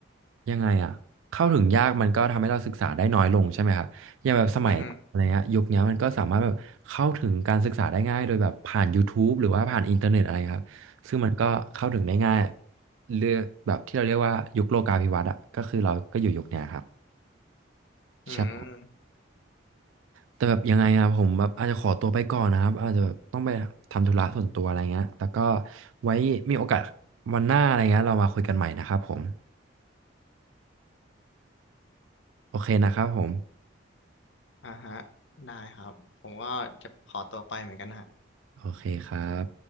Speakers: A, on the right; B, on the left.
A: ยังไงอ่ะเข้าถึงยากมันก็ทำให้เราศึกษาได้น้อยลงใช่ไหมครับอย่างแบบสมัยอะไรเงี้ยยุคเนี้ยมันก็สามารถแบบเข้าถึงการศึกษาได้ง่ายโดยแบบผ่าน
B: อือฮึ
A: YouTube หรือว่าผ่านอินเทอร์เน็ตอะไรครับซึ่งมันก็เข้าถึงได้ง่ายเลือกแบบที่เราเรียกว่ายุคโลกาภิวัตน์อ่ะก็คือเราก็อยู่ยุคเนี้ยครับใช่
B: อืม
A: แต่แบบยังไงอะผมแบบอาจจะขอตัวไปก่อนนะครับอาจจะแบบต้องไปทำธุระส่วนตัวอะไรเงี้ยแล้วก็ไว้มีโอกาสวันหน้าอะไรเงี้ยเรามาคุยกันใหม่นะครับผมโอเคนะครับผม
B: อ่าฮะได้ครับผมก็จะขอตัวไปเหมือนกันฮะ
A: โอเคครับ